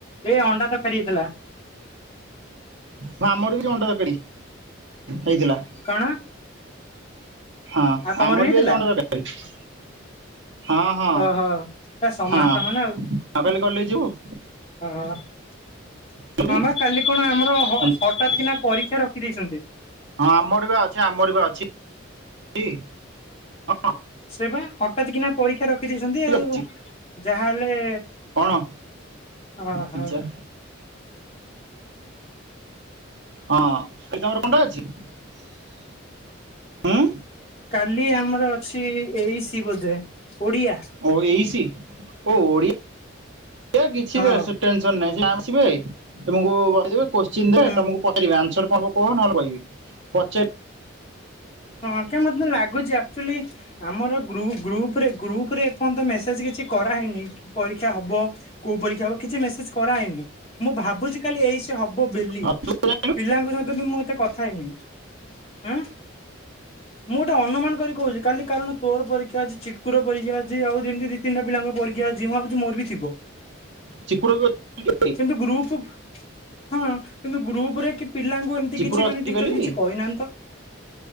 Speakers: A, on the left; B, on the right.
A: ଏ ଅଣ୍ଡା ତକାରି ହେଇଥିଲା।
B: ହଁ ଆମର ବି ଅଣ୍ଡା ତକାରି ହେଇଥିଲା।
A: କଣ
B: ହଁ
A: ଆଉ ତମର
B: ଆମର
A: ହେଇଥିଲା
B: ବି ଆଜି ଅଣ୍ଡା ତକାରି ହଁ। ହଁ
A: ଓହୋ ଏ ସମାନ
B: ହଁ ଆ
A: ସମାନ ଆଉ।
B: କାଲି କଲେଜ୍ ଯିବୁ?
A: ଅଃ ହଁ
B: ଯିବୁଟି?
A: ବା କାଲି କଣ ଆମର ହ
B: ହଁ
A: ହଠତ୍ କିନା ପରୀକ୍ଷା ରଖି ଦେଇଛନ୍ତି।
B: ଆମର ବା ଅଛି ଆମର ବା ଅଛି ଇ। ହଁ।
A: ସେ ବା ହଠାତ୍ କିନା ପରୀକ୍ଷା ର ଖି ଦେଇଛନ୍ତି ଆଉ
B: ଅଛି
A: ଯାହା ହେଲେ
B: କଣ
A: ଅହ।
B: ପିଜା ହଁ କି ତମର କଣ୍ଟେ ଅଛି? ଉଁ?
A: କାଲି ଆମର ଅଛି ଏ ଇ ସି ବୋଧେ ଓଡ଼ିଆ।
B: ଓ ଏଇସି ଓ ଓଡ଼ି ଏ କିଛି
A: ହଁ
B: ଦେସ ଟେନସନ୍ ନାହିଁ ଯାଆ ଆସିବେ ତମକୁ କହିଦେବେ। କୋଶ୍ଚିିନ ଦେ
A: ହୁଁ
B: ତମୁକୁ ପଚାରିବେ ଆନ୍ସର୍ କଁ ହବ କହ ନହେଲେ କହିବି ପଚାରି
A: ହଁ କାଇଁ ମତେ ଲାଗୁଚି ଆକ୍ଚୁଲି ଆମର ଗ୍ରୁ ଗ୍ରୁପ୍ ରେ ଗ୍ରୁପ୍ ରେ ପନ୍ତ ମେସେଜ୍ କିଛି କରାହେଇନେଇ କି ପରୀକ୍ଷା ହବ କୋଉ ପରୀକ୍ଷା ହବ କିଛି ମେସେଜ୍ କରାହେନେଇ। ମୁଁ ଭାବୁଚି କାଲି ଏ ଇ ସି ହ ବ ବେଲି
B: ଆଉ ତୁ ଜାଣିଲୁ
A: ପିଲାଙ୍କ ସହିତ ବି ମୁଁ ଏତେ କଥା ହେଇନେଇ। ଆଁ? ମୁଁ ଗୋଟେ ଅନୁମାନ କରି କହୁଚି କାଲି କାରଣ ତୋର ପରୀକ୍ଷା ଅଛି ଚିକୁର ପରୀକ୍ଷା ଅଛି ଆଉରି ଏମିତି ଦି ତିନଟା ପିଲା ଙ୍କ ପରୀକ୍ଷା ଅଛି ମୁଁ ଭାବୁଚି ମୋର ବି ଥିବ।
B: ଚିକୁର ବି ଅଛି କାଲି?
A: କିନ୍ତୁ ଗ୍ରୁପ୍ ହଁ କିନ୍ତୁ ଗ୍ରୁପ୍ ରେ କି ପିଲାଙ୍କୁ ଏମତି
B: ଚିକୁର
A: କିଛି
B: ଅଛି
A: ମାନେ ଟିଚର୍
B: କାଲି?
A: କିଛି କହିନାହାନ୍ତି ତ।